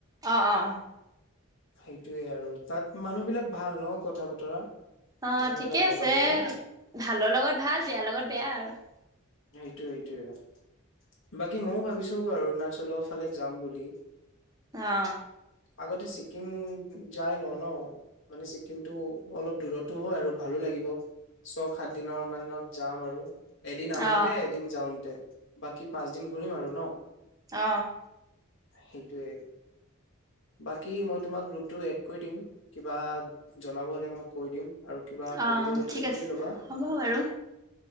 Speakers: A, on the right; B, on the left.
A: অ, অ।
B: সেইটোৱে আৰু তাত মানুহবিলাক ভাল ন কথা বতৰা।
A: অ
B: মানুহ
A: ঠিকে
B: বিলাক বগা
A: আছে
B: বগা
A: ভালৰ লগত ভাল বেয়াৰ লগত বেয়া আৰু।
B: সেইটোৱে সেইটোৱে। বাকী মইও ভাবিছো অৰুণাচলৰ ফালে যাম বুলি।
A: অ
B: আগতে ছি ক্কিম যায় লওঁ ন মানে ছিক্কিমতটো অলপ দূৰতো হয় আৰু ভালো লাগিব। ছয় সাত দিনৰ মানত যাম আৰু। এদিন আহোঁতে
A: অ
B: এদিন যাওঁতে বাকী পাঁচ দিন ঘূৰিম আৰু ন?
A: অ।
B: সেইটোৱে। বাকী মই তোমাক গ্ৰুপটো এড কৰি দিম, কিবা জনাব হ'লে মই কৈ দিম। আৰু কিবা
A: অ
B: সুধিব হ'লে
A: ঠিক
B: তুমি
A: আছে
B: সুধি ল'বা।
A: হ'ব বাৰু